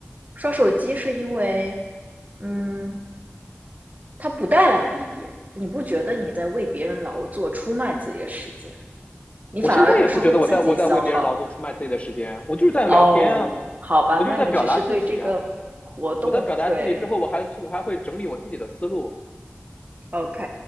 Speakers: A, on the right; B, on the left.
A: 刷手机是因为，嗯，它不带来利益，你不觉得你在为别人劳作、出卖自己的时间？你反而就是为自己消耗。
B: 我现在也不觉得我在我在为别人劳动、出卖自己的时间啊，我就是在聊天啊，
A: 哦，好吧，
B: 我就是在表达自己啊。
A: 那你只是对这个活动，
B: 我在表达自己之后，
A: 对
B: 我还我还会整理我自己的思路，
A: ，OK，